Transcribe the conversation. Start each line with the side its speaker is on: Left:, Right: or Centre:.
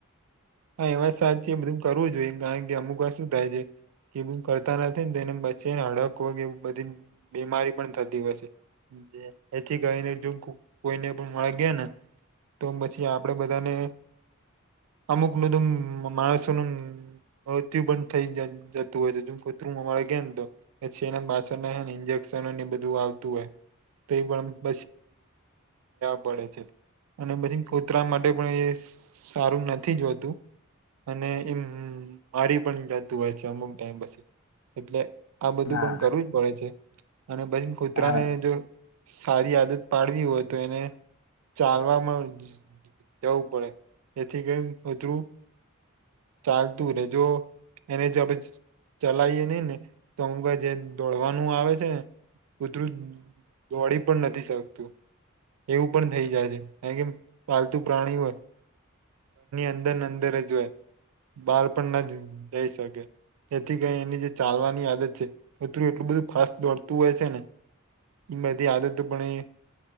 Right: હા એવાત સાચ છેી બધું કરવું જોઈએ કારણ કે અમુક શું થાય છે એ બું કરતા નથી ને તો એને વચ્ચેને હડક હોય કે બધી બીમારી પણ થતી હોય છે એથી કરીને જો <unintelligible> કોઈને પણ મળી ગયા ને તો પછી આપણેે બધાને
Left: <inaudible>
Right: અમુક નધ માણસોનું. હ તું પણ થઈ જતું હોય છે જેમ કતરું અમારે કે ને તો છેના બાછણને ઇજે. ન બધું આવતું હોય તો એ પણ બ પડે છે. અને પછી કોતરા માટે પણ એ સારું નથી જોતું. અને એમ મારી પણ જતું હોય છે અમુક ટાઈમ પછી એટલે. આ બધું
Left: હા
Right: પણ કરવું જ પડે છે. અને બછી કુતરાને
Left: હા
Right: જો. સારી આદત પાડવી હોય તો એને ચાલવામાં. જવું પડે એથી કેમ અધરું ચાલતું રહે જો. એને જો ચલાવીએ નઈ ને તો અમક જે દોડવાનું આવે છે ને. કુતરું દોડી પણ નથી શકતું. એવું પણ થઈ જાય છે કાર કે પાલતુ પ્રાણીઓ. અંદર અંદર જય બહાર પણ ના જઈ શકે. એથી કઈ એની જે ચાલવાની આદત છે મિતું એટલું બધું ફાસ્ટ દોડતું હોય છે ને. એ બધી આદતો પણ એ